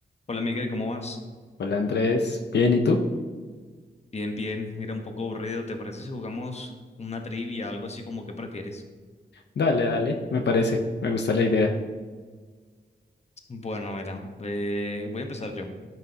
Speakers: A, on the left; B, on the left.
A: Hola Miguel, ¿cómo vas?
B: Hola Andrés, ¿bien y tú?
A: Bien, bien. Mira, un poco aburrido. ¿Te parece si jugamos una trivia, algo así como que prefieres?
B: Dale, dale, me parece, me gusta la idea.
A: Bueno, verá, eh, voy a empezar yo.